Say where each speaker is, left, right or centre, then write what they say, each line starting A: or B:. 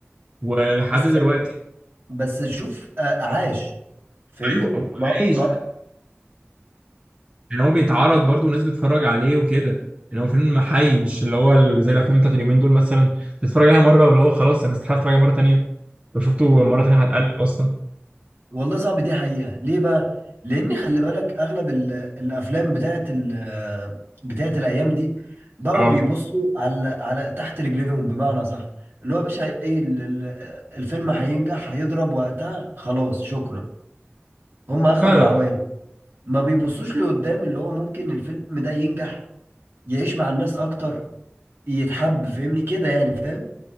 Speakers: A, on the right (about 30°); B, on the right (about 55°).
A: ولحد
B: بس
A: دلوقتي
B: بس شوف آه، عاش فاهمني
A: ايوه هو
B: ما
A: عايش
B: ما
A: يعني هو بيتعرض برضه وناس بتتفرج عليه وكده يعني هو فيلم حي مش اللي هو ال- زي الافلام بتاعت اليومين دول مثلا تتفرج عليها مره واللي هو خلاص انا استحاله اتفرج عليها مره تانيه لو شفته مره تانيه هتقلب اصلا
B: والله صعب دي حقيقة ليه بقى؟ لأن خلي بالك أغلب ال- الأفلام بتاعت ال بتاعت الأيام دي بقوا
A: اه
B: بيبصوا على على تحت رجليهم بمعنى صح اللي هو يا باشا إيه ال- ال- الفيلم هينجح هيضرب وقتها خلاص شكرا هم أخدوا
A: فعلا
B: العوائد ما بيبصوش لقدام اللي هو ممكن الفيلم ده ينجح يعيش مع الناس أكتر يتحب فاهمني كده يعني فاهم؟